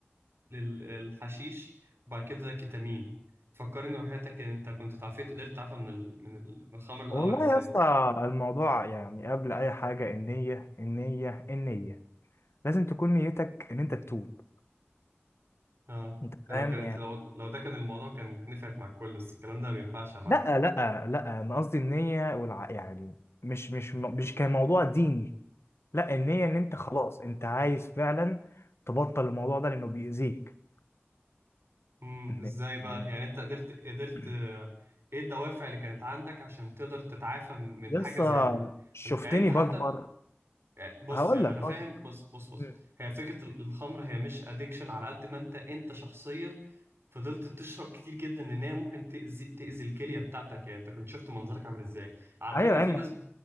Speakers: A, on the right (about 70°); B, on the left (about 75°).
A: للحشيش وبعد كده كيتامين فكرني وحياتك ان انت كنت تعافيت قدرت تعافى من ال... من ال... من الخمر الأول
B: والله
A: ازاي؟
B: يا اسطى الموضوع يعني قبل اي حاجه النيه النيه النيه لازم تكون نيتك ان انت تتوب
A: اه
B: انت
A: لو
B: فاهم
A: كانت
B: يعني
A: لو لو ده كان الموضوع كانت نفعت مع الكل بس الكلام ده ما ينفعش يا معلم
B: لا لا لا انا قصدي النيه والع... يعني مش مش مش كان موضوع ديني لا النية ان انت خلاص انت عايز فعلا تبطل الموضوع ده لانه بيأذيك
A: امم
B: إن-
A: ازاي بقى
B: يعني
A: يعني انت قدرت قدرت
B: <clears throat>
A: آه، ايه الدوافع اللي كانت عندك عشان تقدر تتعافى من من
B: يسا
A: حاجه زي ال...
B: شفتني
A: ال- يعني انت حتى
B: بكبر
A: يعني بص
B: هقول
A: يعني
B: لك
A: انا فاهم
B: هقول لك.
A: بص بص بص
B: مم.
A: هي فكره ال- الخمر هي مش ادكشن على قد ما انت انت شخصيا فضلت تشرب كتير جدا لان هي ممكن تاذي تاذي الكليه بتاعتك يعني انت كنت شفت منظرك عامل ازاي على
B: ايوه
A: فكره
B: يا
A: في
B: عم
A: ناس